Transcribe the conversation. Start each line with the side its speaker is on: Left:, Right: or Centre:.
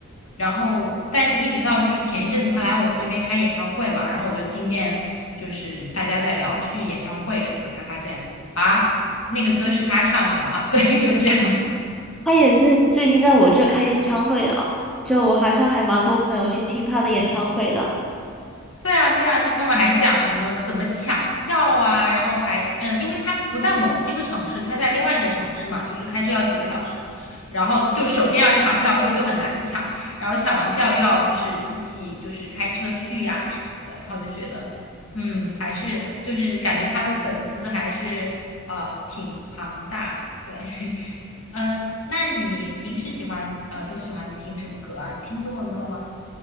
Left: 然后但是一直到就是前一阵子他来我们这边开演唱会嘛，然后我就听见就是大家在聊去演唱会什么的，才发现啊那个歌是他唱的嘛，<laughs> 对，就这样。
Centre: 他也是最近在我这开演唱会的，就我好像还蛮多朋友去听他的演唱会的。
Left: 对啊，对啊，就他们还讲什么怎么抢票啊，然后还嗯，呃因为他不在我们这个城市，他在另外一个城市嘛，就是开车要几个小时，然后就首先要抢票的时候就很难抢，然后抢完票又要就是一起就是开车去呀什么的，然后就觉得嗯，还是就是感觉他的粉丝还是呃挺庞大的，对，<laughs> 嗯，那你平时喜欢呃都喜欢听什么歌啊？你听中文歌吗？